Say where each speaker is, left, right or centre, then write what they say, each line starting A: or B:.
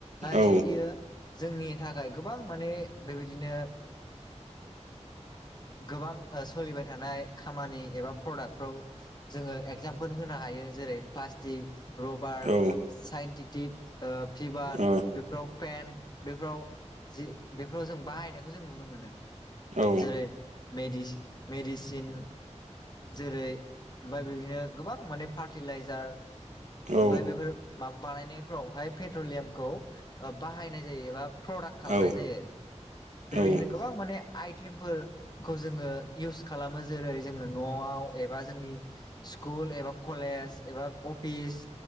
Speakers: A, on the right (about 80°); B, on the left (about 35°).
A: औ
B: मे बियो जोंनि थाखाय गोबां माने बेबायदिनो गोबां सोलिबाय थानाय खामानि एबा प्रडाक्टफोर जोङो एगजामपोल होनो हायो। जेरै प्लास्टिक रबार
A: औ ओ
B: साइनटिटिक ओ फिभार
A: औ
B: बेफोराव पेन बेफोराव जि बेफोराव जों बाहायनायखौ जों नुनो मोनो।
A: औ
B: जेरै मेडिसिन जेरै ओमफफ्राय बिदिनो गोबां माने फार्टिलाइजार ओमाय
A: औ
B: बेफोर माबा बानायनायफ्रावहाय पेट्रलियाम खौ बाहायनाय जायो एबा प्रडाक् खालामनाय
A: औ
B: जायो। बेबायदिनो
A: औ
B: गोबां माने आइटेम फोरफोरखौ जोङो इउस खालामो जेरै जोङो न'आव एबा जोंनि स्कुल एबा कलेज एबा अफिस